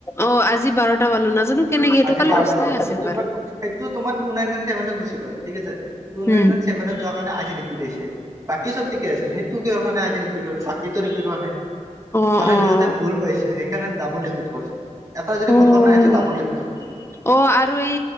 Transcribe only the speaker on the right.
আজি
বাৰটা
বলা
কিন্তু
বাট সেইটো তোমাৰ টু নাইন নাইন চেভেনেত গুচি গল ঠিক আছে টু নাইন
নাইন চেভেনত যোৱা <unintelligible> কাৰণে আজি সেইটো ৰিপিট হল বাকী চব ঠিকে আছিল সেইটো কি কাৰণে আজি ৰিপট হল বাকীটো ৰিপিট হোৱা নাই <unintelligible>
আৰু
সিহঁতে ভুল পাইছে সেইকাৰণে ডাবল ৰিপিট কৰিছে এটা যদি
ভুল কৰা নাই সেইটো ডাবুল ৰিপিট হ'ব তোমাৰ